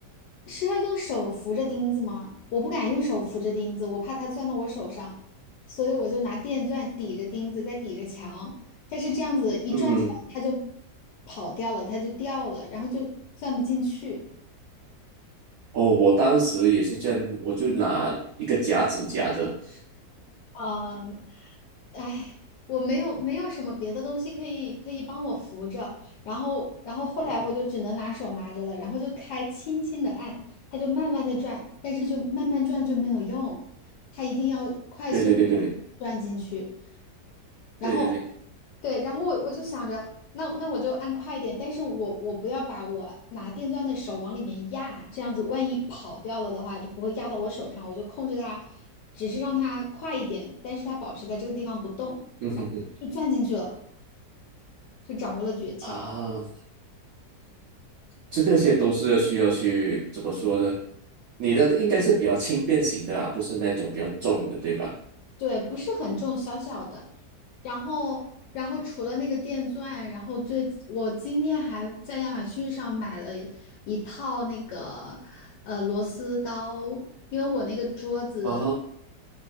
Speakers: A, on the left; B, on the right.
A: 是要用手扶着钉子吗？我不敢用手扶着钉子，我怕它钻到我手上，所以我就拿电钻抵着钉子，再抵着墙，但是这样子一转起来，
B: 嗯，
A: 它就跑掉了，它就掉了，然后就钻不进去。
B: 哦，我当时也是这样，我就拿一个夹子夹着。
A: 嗯，哎，我没有没有什么别的东西可以可以帮我扶着，然后然后后来我就只能拿手拿着了，
B: 嗯哼
A: 然后就开轻轻的按，它就慢慢的转，但是就慢慢转就没有用，它一定要快速地
B: 对对对对
A: 转进去，然后
B: 对对对对，
A: 对，然后我我就想着，那那我就按快一点，但是我我不要把我拿电钻的手往里面压，这样子万一跑掉了的话，就不会压到我手上，我就控制它，只是让它快一点，但是它保持在这个地方不动，
B: 嗯哼哼
A: 然后就钻进去了，就掌握了诀窍。
B: 啊，这个些都是要需要去怎么说呢？你的应该是比较轻便型的啊，不是那种比较重的，对吧？
A: 对，不是很重，小小的。然后，然后除了那个电钻，然后最，我今天还在亚马逊上买了一套那个呃螺丝刀，因为我那个桌子，
B: 啊，